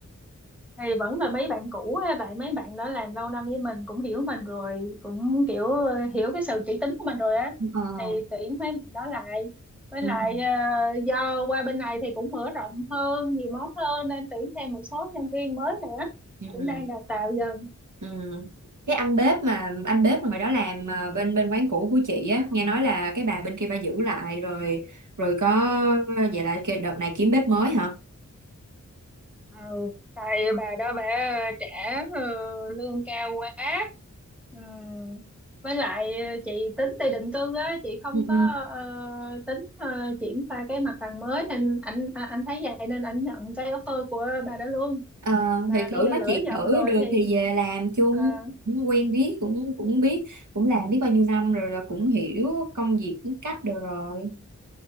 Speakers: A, in the centre; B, on the right.
A: thì vẫn là mấy bạn cũ á, vậy mấy bạn đó làm lâu năm với mình cũng hiểu mình rồi cũng kiểu ờ, hiểu cái sự kỹ tính của mình rồi á
B: ờ
A: thì tuyển mấy bạn đó lại với
B: ừ
A: lại
B: ừ
A: ờ, do qua bên này thì cũng mở rộng hơn nhiều món hơn nên tuyển thêm một số nhân viên mới nữa
B: Ừ.
A: cũng
B: Ừ.
A: đang đào tạo dần
B: Ừ. Cái anh bếp mà anh bếp mà hồi đó làm ờ, bên bên quán cũ của chị á nghe nói là cái bà bên kia bà giữ lại rồi rồi có vậy là cái đợt này kiếm bếp mới hả
A: ừ tại bà đó bà trả ờ, lương cao quá ừ. với lại ờ, chị tính đi định cư á chị không
B: ừ. ừ.
A: có ờ, tính ờ, triển khai cái mặt bằng mới nên anh à, anh thấy vậy nên anh nhận cái offer của bà đó luôn
B: Ờ,
A: mà
B: thì thử
A: bây giờ
B: nói
A: lỡ
B: chuyện
A: nhận
B: thử
A: rồi
B: được
A: thì
B: thì về làm chung
A: ờ,
B: cũng quen biết cũng cũng biết cũng làm biết bao nhiêu năm rồi, rồi cũng hiểu công việc cũng cách được rồi